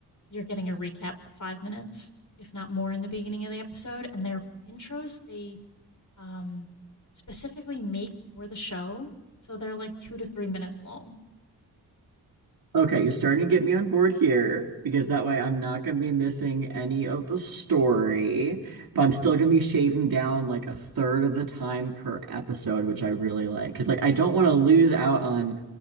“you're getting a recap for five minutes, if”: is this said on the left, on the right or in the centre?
Left